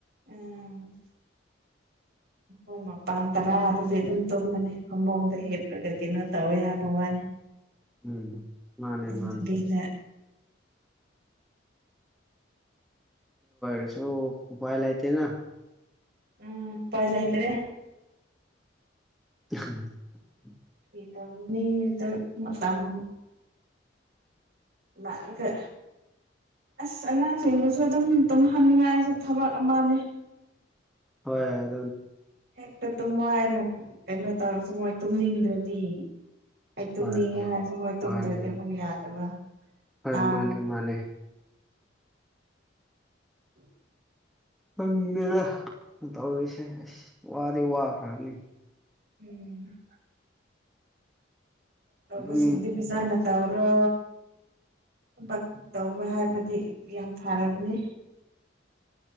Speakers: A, on the right; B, in the centre.
A: ꯎꯝ
B: <inaudible>
A: ꯨꯡ ꯃꯄꯥꯟ ꯇꯔꯥ ꯑꯗꯨꯗꯤ ꯑꯗꯨꯝ ꯇꯨꯝꯃꯅꯤ ꯈꯃꯣꯡꯗ ꯍꯦꯞꯂꯒ ꯀꯩꯅꯣ ꯇꯧꯋꯦ ꯍꯥꯏꯕ ꯋꯥꯅꯤ
B: ꯎꯝ ꯃꯥꯅꯦ
A: ꯑꯗꯨꯗꯕꯤꯗ
B: ꯃꯥꯅꯦ ꯑꯁꯨꯣ ꯎ ꯄꯥꯏ ꯂꯥꯏꯇꯦꯅ
A: ꯎꯝ ꯄꯥꯏ ꯂꯇꯔꯦ
B: <inaudible>
A: ꯏꯗꯅꯤ ꯃꯝ ꯔꯀꯦ ꯑꯁ ꯑꯉꯥꯡꯁꯤꯡꯗꯨꯁꯨ ꯑꯗꯨꯝ ꯇꯨꯝꯍꯟꯅꯤꯡꯉꯥꯏꯁꯦ ꯊꯕꯛ ꯑꯃꯅꯦ
B: ꯍꯣꯦ
A: ꯍꯦꯛꯇ ꯇꯨꯝꯃꯣꯏ ꯍꯥꯏꯅ ꯀꯩꯅꯣ ꯇꯧꯔꯁꯨ ꯃꯣꯏ ꯇꯨꯝꯅꯤꯡꯗ꯭ꯔꯗꯤ ꯑꯩ ꯇꯨꯝꯅꯤꯡꯉꯦ
B: ꯍꯣꯏ ꯍꯣꯏ
A: ꯍꯥꯏꯔꯁꯨ ꯃꯣꯏ ꯇꯨꯝꯗ꯭ꯔꯗꯤ
B: ꯃꯥꯅꯦ
A: ꯑꯃꯨꯛ
B: ꯃꯥ
A: ꯌꯥꯗꯕ꯭ꯔꯥ
B: ꯍꯣꯏ
A: ꯑ
B: ꯃꯥꯅꯦ ꯃꯥꯅꯦ
A: ꯎ
B: ꯍꯪꯉꯦꯗ ꯇꯧꯔꯔꯤꯁꯦ ꯑꯁ ꯋꯥꯗꯤ ꯋꯥꯈ꯭ꯔꯕꯅꯤ
A: ꯎꯝ
B: ꯑꯗꯨꯝ
A: ꯕꯨ ꯁꯤꯒꯗꯦ ꯄꯖꯥꯅ ꯇꯥꯎ꯭ꯔꯣ ꯊꯕꯛ ꯇꯧꯕ ꯍꯥꯏꯕꯗꯤ ꯌꯥꯝ ꯐꯔꯕꯅꯤ